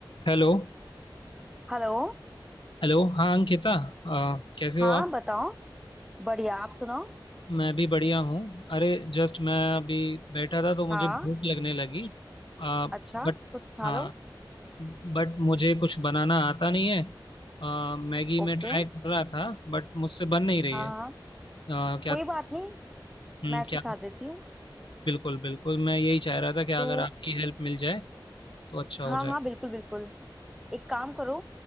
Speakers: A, on the left; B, in the centre.
A: Hello
B: Hello
A: Hello हाँ अंकिता आ, कैसे हो
B: हाँ
A: आप
B: बताओ बढ़िया आप सुनाओ
A: मैं भी बढ़िया हूँ अरे जस्ट मैं अभी बैठा था तो मुझे
B: हाँ
A: भूख लगने लगी आ, बट
B: अच्छा कुछ खा
A: हाँ
B: लो
A: बट मुझे कुछ बनाना आता नहीं है आ, मैगी
B: ओके
A: में ट्राई कर रहा था बट मुझसे बन नहीं रही
B: हाँ
A: है
B: हाँ
A: आ, क्या
B: कोई बात नहीं
A: हम्म
B: मैं
A: क्या
B: सिखा देती हूँ
A: बिल्कुल बिल्कुल मैं यही चाह रहा था कि
B: तो
A: अगर आपकी हेल्प मिल जाए तो अच्छा हो
B: हाँ
A: जाए
B: हाँ बिल्कुल बिल्कुल एक काम करो